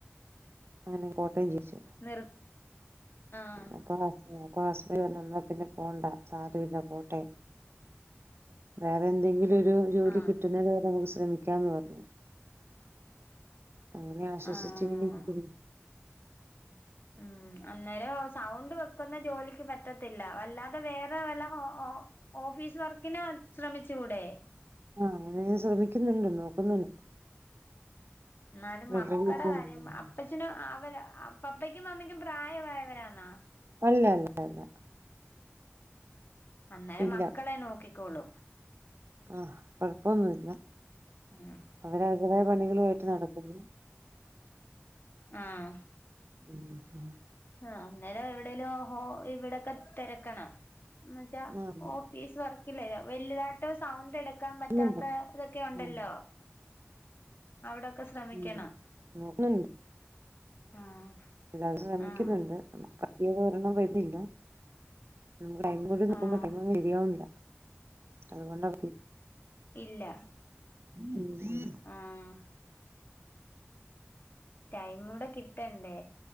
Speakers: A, on the right; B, on the left.
A: അങ്ങനെ കോട്ടയം ജീച്ചു
B: നിർ ആഹ്
A: അപ്പൊ അപ്പൊ ഹസ്ബൻഡ് പറഞ്ഞു എന്ന പിന്നെ പോണ്ട സാരമില്ല പോട്ടെ വേറെ എന്തെങ്കിലും ഒരു ജോലി
B: ആഹ്
A: കിട്ടുന്ന വേറെ നമുക്ക് ശ്രമിക്കാംന്ന് പറഞ്ഞ് അങ്ങനെ ആശ്വസിച്ച
B: ആഹ്
A: ഇ
B: ഉം അന്നേരം സൗണ്ട് വെക്കുന്ന ജോലിക്ക് പറ്റത്തില്ല വല്ലാ വേറെ വല്ല ഓഫീസ് വർക്കിന് ശ്രമിച്ചു കൂടെ
A: ആ അങ്ങനെ ശ്രമിക്കുന്നുണ്ട് നോക്കുന്നുണ്ട്
B: എന്നാലും
A: വെറുതെ
B: മക്കളുടെ
A: വീട്ടില്
B: കാര്യം അപ്പ അച്ഛ അവര് പപ്പക്കും അമ്മയ്ക്കും പ്രായമായവരാന്നാ
A: അല്ല അല്ല അല്ല
B: അന്നേരം
A: ഇല്ല
B: മക്കളെ നോക്കിക്കോളൂ
A: ആ കുഴപ്പൊന്നുല്ല
B: ആഹ്
A: അവര് അവരുടെ പണികളുമായിട്ട് നടക്കുന്നു
B: ആഹ്
A: എന്നിട്ട്
B: ആഹ് അന്നേരം എവിടേലും ഇവിടൊക്കെ തെരക്കണം എന്ന് വെച്ചാ
A: ആഹ്
B: ഓഫീസ് വർക്കിലേ വലുതായിട്ട് സൗണ്ട് എടുക്കാൻ
A: നോക്കുന്നുണ്ട്
B: പറ്റാത്ത ഇതൊക്കെ ഉണ്ടല്ലോ
A: ഉം
B: അവിടെക്കെ ശ്രമിക്കണം
A: ഉം നോക്കുന്നുണ്ട്
B: ആഹ്
A: എല്ലാരും ശ്രമിക്കുന്നുണ്ട്
B: ആഹ്
A: നമുക്ക് പറ്റിയത് ഒരെണ്ണം വരുന്നില്ല നമക്ക് ടൈം കൂടി നോക്കുമ്പോ
B: ആഹ്
A: ടൈമൊന്നും ശരിയാവുന്നില്ല അതുകൊണ്ടാ
B: ഇല്ല
A: <unintelligible>
B: ആഹ് ടൈമൂടെകിട്ടണ്ടേ?